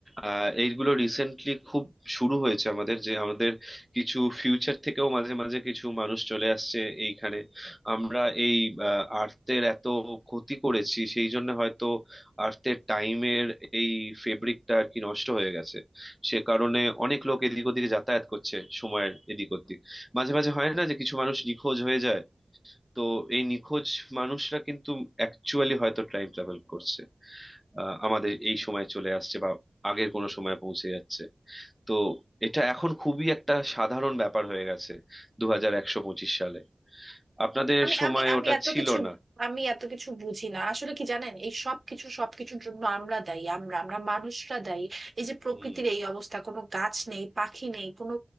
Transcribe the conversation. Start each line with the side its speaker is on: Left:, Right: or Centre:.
Centre: আহ এইগুলো রিসেন্টলি খুব শুরু হয়েছে আমাদের যে আমাদের কিছু ফিউচার থেকেও মাঝে মাঝে কিছু মানুষ চলে আসছে এইখানে আমরা এই আহ, আর্টের এত ক্ষতি করেছি সেই জন্য হয়তো আর্টের টাইমের এই ফেব্রিকটা আর কি নষ্ট হয়ে গেছে সে কারণে অনেক লোক এদিক ওদিকে যাতায়াত করছে সময়ের এদিক ওদিক মাঝে মাঝে হয় না যে কিছু মানুষ নিখোঁজ হয়ে যায় তো এই নিখোঁজ মানুষরা কিন্তু অ্যাকচুয়ালি হয়তো টাইম ট্রাভেল করছে আহ, আমাদের এই সময়ে চলে আসছে বা আগের কোনো সময়ে পৌঁছে যাচ্ছে তো এটা এখন খুবই একটা সাধারণ ব্যাপার হয়ে গেছে দু হাজার একশো পঁচিশ সালে আপনাদের
Right: আমি
Centre: সময়
Right: আমি আমি
Centre: ওটা
Right: এত
Centre: ছিল
Right: কিছু
Centre: না
Right: আমি এত কিছু বুঝি না আসলে কি জানেন এই সব কিছু সবকিছুর জন্য আমরা দায়ী আমরা আমরা মানুষরা দায়ী এই যে প্রকৃতির
Centre: হুম
Right: এই অবস্থা কোনো গাছ নেই পাখি নেই কোনো